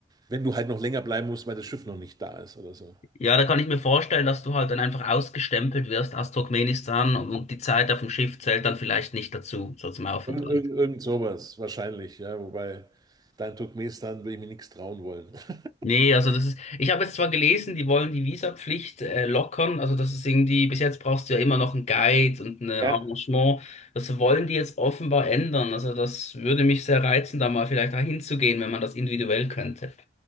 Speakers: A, on the right; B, on the left.
A: wenn du halt noch länger bleiben musst, weil das Schiff noch nicht da ist oder so.
B: Ja, da kann ich mir vorstellen, dass du halt dann einfach ausgestempelt wirst aus Turkmenistan und die Zeit auf dem Schiff zählt dann vielleicht nicht dazu, so zum Aufenthalt.
A: Irgend, irgend, irgend sowas, wahrscheinlich, ja. Wobei, da in Turkmenistan würde ich mir nichts trauen wollen. <laughs>
B: Nee, also das ist, ich habe jetzt zwar gelesen, die wollen die Visapflicht äh, lockern, also das ist irgendwie, bis jetzt brauchst du ja immer noch einen Guide und ein Arrangement,
A: Ja.
B: das wollen die jetzt offenbar ändern, also das würde mich sehr reizen, da mal vielleicht hinzugehen, wenn man das individuell könnte.